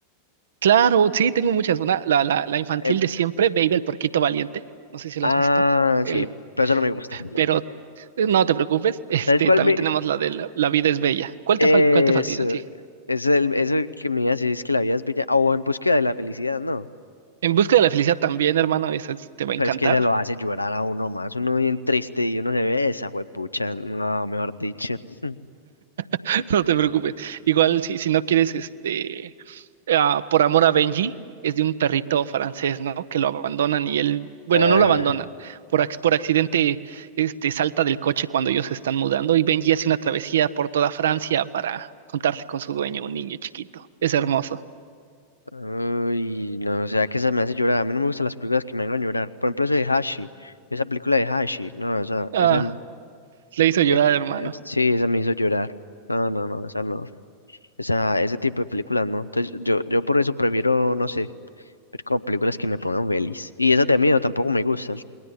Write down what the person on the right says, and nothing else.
Claro, sí, tengo muchas. Una, la, la, la infantil
de siempre, Baby el Porquito Valiente. No sé si lo
has visto. El,
pero eh, no te preocupes. <laughs> Este,
también
tenemos la de La, la vida es bella. ¿Cuál
te falta, cuál te falta a ti?
En busca de la felicidad también, hermano, esa es- te va a
encantar.
<laughs> No te preocupes. Igual si, si no quieres este eh, ah, por amor a Benji, es de un perrito francés, ¿no? Que lo abandonan y él, bueno,
no lo abandonan, por, ac- por accidente, este, salta del coche cuando ellos se están mudando y Benji hace una travesía por toda Francia para contarse con su dueño, un niño chiquito. Es hermoso.
Ah,
le hizo
llorar, hermano.